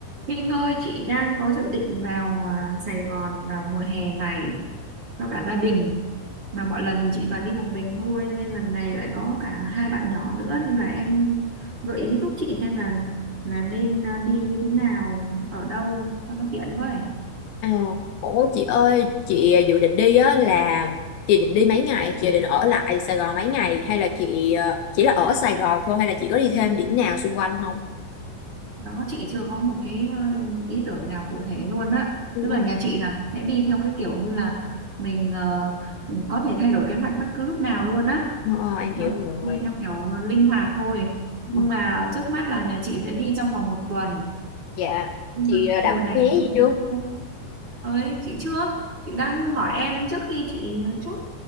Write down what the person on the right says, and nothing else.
Kinh ơi, chị đang có dự định vào à, Sài Gòn vào mùa hè này cho cả gia đình. Mà mọi lần thì chị toàn đi một mình thôi, cho nên lần này lại có cả hai bạn nhỏ nữa nên là em gợi ý giúp chị xem là là nên à, đi như thế nào, ở đâu cho nó tiện với.
Đó chị chưa có một cái ờ, ý tưởng nào cụ thể luôn á.
Tức là
nhà chị là sẽ đi theo cái kiểu như là mình ờ, có thể thay đổi kế hoạch bất cứ lúc nào luôn á
đó
đi theo kiểu linh hoạt thôi nhưng
mà trước mắt là nhà chị sẽ đi trong vòng một tuần
nhưng
mà
mùa
này
thì không
đúng
lắm anh ơi chị trước chị đang hỏi em trước khi chị chốt